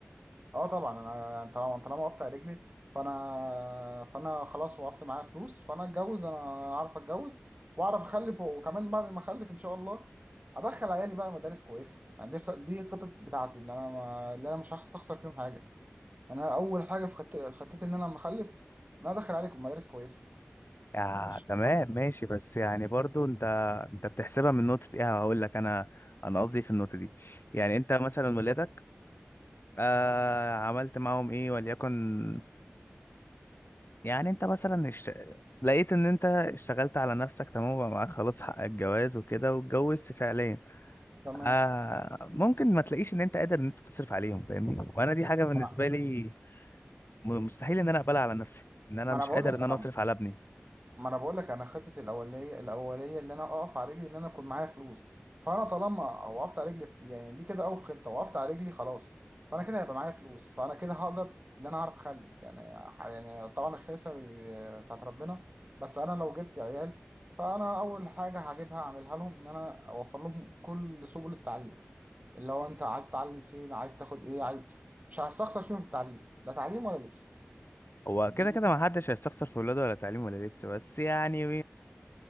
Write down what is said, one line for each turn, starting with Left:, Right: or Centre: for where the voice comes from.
Right: اه طبعا انا طالما انت طالما وقفت على رجلي فانا فانا خلاص وقفت معايا فلوس فانا اتجوز انا اعرف اتجوز واعرف اخلف وكمان بعد ما اخلف ان شاء الله ادخل عيالي بقى مدارس كويسه يعني دي دي الخطط بتاعتي ان انا ما... اللي انا مش هستخسر فيهم حاجه يعني انا اول حاجه في خط... خطتي ان انا لما اخلف ان انا ادخل عليكم مدارس كويسه
Left: يا
Right: مش
Left: تمام ماشي بس يعني برضو انت انت بتحسبها من نقطة ايه هقول لك انا انا قصدي إيه في النقطة دي يعني انت مثلا ولادك آه عملت معاهم ايه وليكن يعني انت مثلا اشت... لقيت ان انت اشتغلت على نفسك تمام وبقى معاك خلاص حق الجواز وكده واتجوزت فعليا
Right: تمام
Left: آه ممكن ما تلاقيش ان انت قادر ان انت تصرف عليهم فاهمني وانا دي حاجه بالنسبه
Right: ما انا
Left: لي م- مستحيل ان انا اقبلها على نفسي ان انا
Right: ما
Left: مش
Right: أنا بقول
Left: قادر
Right: لك
Left: ان انا اصرف على ابني
Right: ما انا بقول لك انا خطتي الاوليه الاوليه اللي انا اقف على رجلي اللي انا اكون معايا فلوس فانا طالما وقفت على رجلي في- يعني دي كده اول خطه وقفت على رجلي خلاص فانا كده هيبقى معايا فلوس فانا كده هقدر ان انا اعرف اخلف يعني ح- يعني طبعا الخلفه بي- بتاعت ربنا بس انا لو جبت عيال فانا اول حاجه هجيبها اعملها لهم ان انا اوفر لهم كل سبل التعليم اللي هو انت عايز تتعلم فين عايز تاخد ايه عايز مش هستخسر فيهم في التعليم لا تعليم ولا لبس
Left: هو
Right: دي
Left: كده كده ما حدش هيستخسر في ولاده ولا تعليم ولا لبس بس يعني